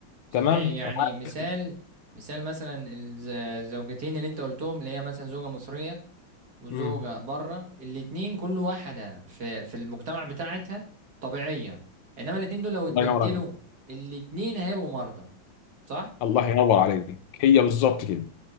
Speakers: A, on the right; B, on the left.
A: صحيح
B: تمام
A: يعني
B: أنا عارف-
A: مثال مثال مثلا الز- الزوجتين اللي انت قلتهم اللي هي مثلا زوجة مصرية وزوجة
B: مم.
A: بره الاتنين كل واحدة في في المجتمع بتاعتها طبيعية انما الاتنين دول لو اتبدلوا
B: الله ينور عليك
A: الاتنين هيبقوا مرضى صح
B: الله ينور عليك هي بالظبط كده